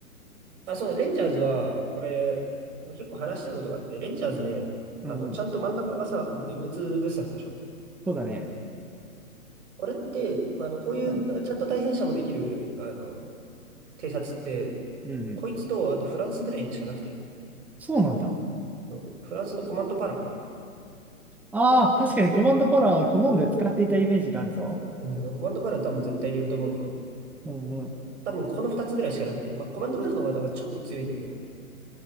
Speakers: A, on the right; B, in the centre.
A: あ、そう、レンジャーズは、これ、俺結構話したいことがあって、レンジャーズね、あの、
B: うんうん。
A: ちゃんと真ん中がさ、M2 グスタフでしょ
B: そうだね。
A: これって、あの、こういう、
B: うん。
A: なんかちゃんと対戦車もできる、あの、偵察って、
B: うんうん。
A: こいつと、あとフランスぐらいにしかなくて、
B: そうなんだ。
A: そうフランスのコマンドパラかな。
B: ああ、確かにコマンドパワー好んで使っていたイメージがあるぞ。
A: そううん、コマンドパラ多分絶対入れると思うけど、
B: うん
A: 多分この2つぐらいしかなくて、まあ、コマンドバルの方がちょっと強いんだけど、